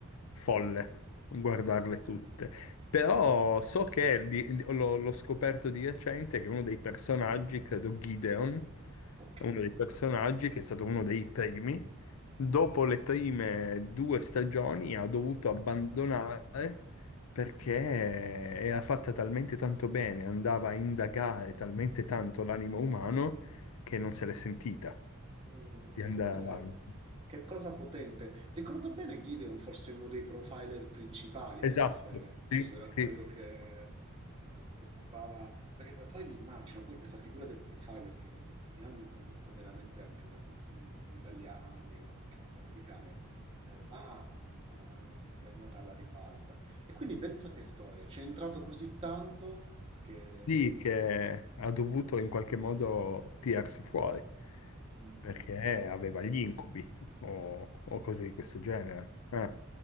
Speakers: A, on the left (about 70°); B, on the right (about 25°).
A: folle
B: Sì,
A: guardarle
B: sì, sì.
A: tutte. Però so che di- di- l'ho l'ho scoperto di recente che uno dei personaggi, credo Gideon,
B: Ok.
A: è uno dei personaggi che è stato uno dei primi, dopo le prime due stagioni ha dovuto abbandonare perché era fatta talmente tanto bene, andava a indagare talmente tanto l'animo umano che non se l'è sentita
B: Mm,
A: di andare
B: ok.
A: avanti.
B: Che cosa potente. Ricordo bene Gideon fosse uno dei profiler principali
A: Esatto,
B: nella serie,
A: sì,
B: giusto? Era
A: sì.
B: quello che eh, si occupava... Perché poi, poi mi immagino poi questa figura del profiler che negli ultimi anni comunque veramente anche nella TV nelle TV italiane, ma anche in quelle americane, eh, va, mm, a- è è andata alla ribalta. E quindi pensa che storia, ci è entrato così tanto che...
A: Sì, che ha dovuto in qualche modo tirarsi fuori
B: Mm, mm,
A: perché
B: mm.
A: aveva gli incubi o, o cose di questo genere. Ah,